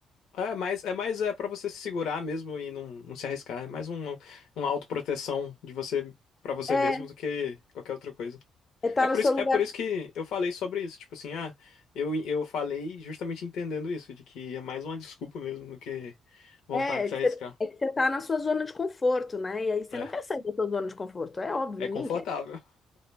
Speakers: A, on the left; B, on the left.
A: É, mas é mais é para você se segurar mesmo e não, não se arriscar. É mais um, uma autoproteção de você para você
B: É,
A: mesmo do que qualquer outra coisa.
B: é tá
A: É por
B: no seu
A: isso,
B: lugar,
A: é por isso que eu falei sobre isso. Tipo assim, ah, eu, eu falei justamente entendendo isso, de que é mais uma desculpa mesmo do que vontade
B: é,
A: de
B: é
A: se
B: que
A: arriscar.
B: você é que você tá na sua zona de conforto, né? E aí você
A: É,
B: não quer sair da sua zona de conforto, é óbvio,
A: é
B: ninguém
A: confortável.
B: quer.